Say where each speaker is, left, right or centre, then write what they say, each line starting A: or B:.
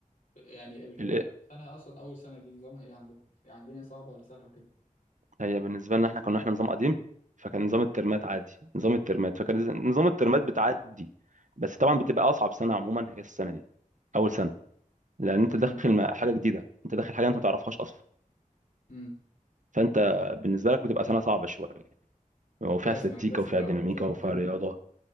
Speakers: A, on the left; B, on the right.
A: يعني السنة
B: ال-
A: أصلا أول سنة دي نظامها إيه عندكم؟ يعني الدنيا صعبة ولا سهلة وكده؟
B: هي بالنسبه لنا احنا كنا احنا نظام قديم فكان نظام الترمات عادي نظام الترمات فكان ز- نظام الترمات بتعدي بس طبعا بتبقى اصعب سنه عموما هي السنه دي اول سنه لان انت
A: امم
B: داخل م- حاجه جديده انت داخل حاجه انت ما تعرفهاش اصلا
A: امم
B: فانت بالنسبه لك بتبقى سنه صعبه شويه وفيها
A: ورسم
B: استاتيكا
A: هندسي
B: وفيها
A: بقى
B: ديناميكا
A: وبتاع
B: وفيها
A: وكده
B: رياضه